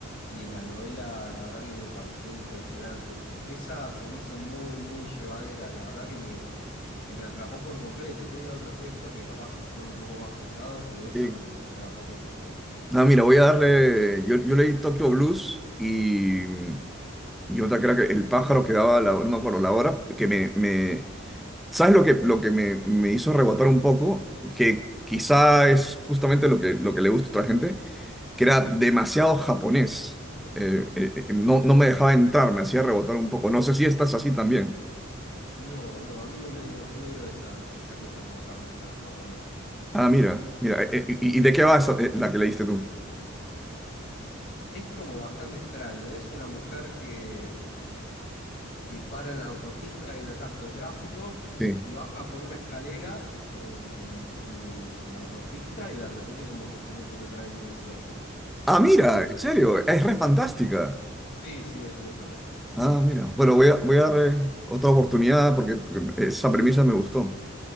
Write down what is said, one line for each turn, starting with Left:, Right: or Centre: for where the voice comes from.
Left: Y la novela, la verdad que me pareció impresionante. Esa se me hizo muy, muy llevadera, la verdad que me, que me atrapó por completo. Tiene otros textos que capaz que son un poco más pesados, pero esa
Centre: Sí.
Left: me, at- me atrapó por completo.
Centre: Ah, mira, voy a darle. Yo, yo leí Tokyo Blues y, y otra que era que El pájaro que daba la, no me acuerdo, la hora, que me, me, ¿Sabes lo que, lo que me, me hizo rebotar un poco? Que quizá es justamente lo que, lo que le gusta a otra gente, que era demasiado japonés. Eh, eh, eh, no, no me dejaba entrar, me hacía rebotar un poco. No sé si estás así también.
Left: No, no, a mí no me dio, no me dio esa, esa cosa como tan, tan japonesa.
Centre: Ah, mira, mira. eh, eh, ¿Y y de qué va esa- eh, la que leíste tú?
Left: Es como bastante extraño, es una mujer que que para en la autopista, hay un atasco de tráfico
Centre: Sí.
Left: y baja por una escalera en, en- en el- en la autopista y de repente como que se mete en otra dimensión.
Centre: Ah, mira,
Left: Así empieza.
Centre: en serio, es re fantástica.
Left: Sí, sí, es muy fantástica, sí.
Centre: Ah, mira. Bueno, voy a, voy
Left: Sí,
Centre: a
Left: sí.
Centre: dar eh, otra oportunidad porque, porque esa premisa me gustó.